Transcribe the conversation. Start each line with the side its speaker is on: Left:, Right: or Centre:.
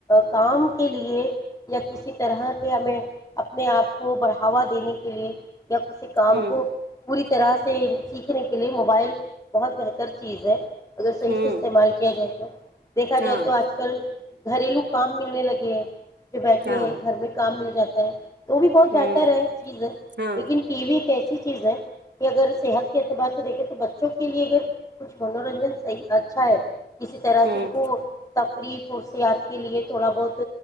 Left: کام کے لیے یا کسی طرح کے ہمیں اپنے آپ کو بڑھاوا دینے کے لیے یا کسی کام
Right: ہ
Left: کو پوری اس طرح سے سیکھنے کے لیے موبائل بہت بہتر چیز ہے اگر صحیح
Right: ہ ہ
Left: سے استعمال کیا جائے تو دیکھا
Right: ہاں
Left: جائے تو آج کل گھریلو کام ملنے لگے ہیں ج بیٹھے
Right: ہاں
Left: ہیں گھر میں کام مل جاتا ایک تو بھی بہت
Right: ہوں
Left: بہتر ہے چیز ہے
Right: ہاں
Left: لیکن ٹی وی ایسی چیز ہے کہ اگر صحت کے اعتبار سے دیکھیں تو بچوں کے لیے اگر کچھ منورنجن صح اچھا ہے کسی طرح
Right: ہوں
Left: سے ان کو ری پورسیاد کے لیے تھوڑا بہت